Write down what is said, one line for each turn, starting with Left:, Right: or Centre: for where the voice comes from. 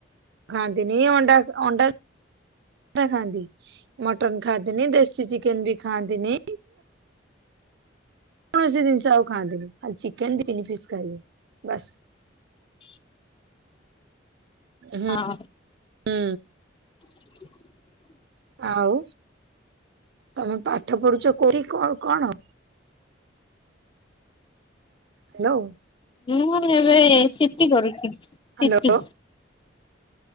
Right: ଗା ଦିନିଣ୍ଡଣ୍ଡା କ ଖାନ୍ତିି ମଟନ୍ ଖାଦନି ଦେସି ଚିକନ ବି ଖାନ୍ତିି। କୌଣସି ଜିନିଷ ଆଉ ଖାଆନ୍ତିୁନି ଆ ଚିକେନ ତିନି ପିସ୍ ଖାଇବେ ବାସ୍ ହୁଁ
Left: ହଁ।
Right: ହୁଁ।
Left: <inaudible>
Right: ଆଉ ତମେ ପାଠ ପଢୁଛ କଠି କ କଣ ହ୍ୟାଲୋ।
Left: ମୁଁ ଏବେ ସେଠି କରୁଛି।
Right: ହ୍ୟାଲୋ
Left: ସେପି